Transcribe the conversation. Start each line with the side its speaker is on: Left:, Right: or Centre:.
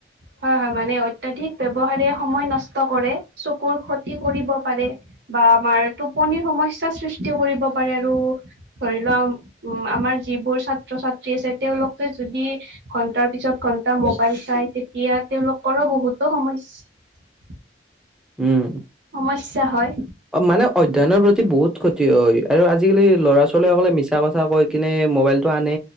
Right: হয় হয় মানে অত্যাধিক ব্যৱহাৰে সময় নষ্ট কৰে চকুৰ ক্ষতি কৰিব পাৰে বা আমাৰ টোপনিৰ সমস্যা সৃষ্টি কৰিব পাৰে আৰু ধৰি লোৱা উ আমাৰ যিবোৰ ছাত্ৰ ছাত্ৰী আছে তেওঁলোকে যদি ঘন্টাৰ পিছত ঘন্টা মোবাইল চাই তেতিয়া তেওঁলোকৰো বহুতো সমস্যা
Centre: উম
Right: সমস্যা হয়
Centre: অ মানে অধ্যয়নৰ প্ৰতি বহুত ক্ষতি হয় আৰু আজিকালি ল'ৰা ছোৱালীসকলে মিছা কথা কৈ কিনে ম'বাইল টো আনে